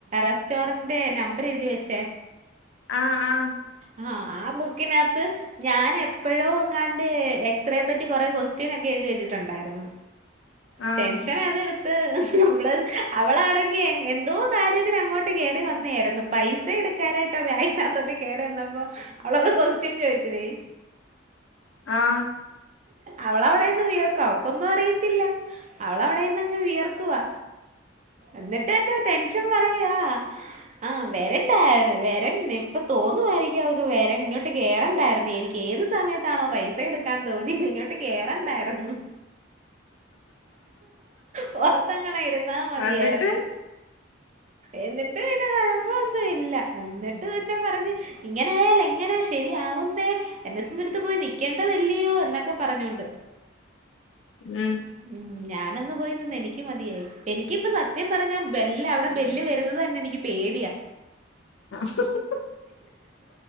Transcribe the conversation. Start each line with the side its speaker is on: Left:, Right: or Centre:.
Right: റെസ്റ്റോറന്റിന്റെ നമ്പർ എഴുതി വെച്ചേ.
Left: ആഹ് ആഹ്
Right: ആഹ് ആ ബുക്കിനകത്ത് ഞാൻ എപ്പഴോ ഇങ്ങാണ്ട് എക്സ്റേ പറ്റി കൊറെ ക്വസ്റ്റ്യൻ ഒക്കെ എഴുതി വെച്ചിട്ടുണ്ടായിരുന്നു.
Left: ആഹ്
Right: ടെൻഷനത് എട് ത്ത് അവള് അവളാണെങ്കിൽ എന്തോ കാര്യത്തിന് അങ്ങോട്ട് കേറി വന്നെയായിരുന്നു. പൈസ എടുക്കാനായിട്ടോ വേഗിനകത്തോട്ടോ കേറി വന്നപ്പം അവളോട് ക്വസ്റ്റ്യൻ ചോയിച്ച് നീ
Left: ആഹ്
Right: അവൾ അവിടെ നിന്ന് വിയർക്കും അവക്കൊന്നും അറിയത്തില്ല. അവള് അവിടെ ഇരുന്നങ്ങ് വിയർക്കുവാ എന്നിട്ട് എന്റെ ടെൻഷൻ പറയുവാ. ആഹ് വരണ്ടായിര്ന്ന് വരൻ ഇപ്പ തോന്നുവാ എനിക്ക് അവക്ക് വരൻ ഇങ്ങോട്ട് കേറണ്ടായിരുന്ന് എനി ഏത് സമയത്താണോ പൈസ എടുക്കാൻ തോന്നിയത് ഇങ്ങോട്ട് കേറണ്ടായിരുന്നു. പുറത്തെങ്ങാണം ഇരുന്നാ മതിയായിരുന്നു.
Left: എന്നിട്ട്
Right: എന്നിട്ട് പിന്നെ കുഴപ്പൊന്നും ഇല്ല എന്നിട്ട് തന്നെ പറഞ്ഞ് ഇങ്ങനെ ആയാൽ എങ്ങനാ ശെരി ആവുന്നേ എൻ എസി ന്റെ അടുത്ത് പോയി നി ക്ക്യെണ്ടതല്ലിയോ എന്നൊക്കെ പറഞ്ഞോണ്ട്.
Left: ഉം
Right: ഉം ഞാനന്ന് പോയി നിന്ന് എനിക്ക് മതിയായി എനിക്കിപ്പ സത്യം പറഞ്ഞാ ബെല്ല് അവിടെ ബെല്ല് വരുന്നത് തന്നെ എനിക്ക് പേടിയാ.
Left: ആഹ്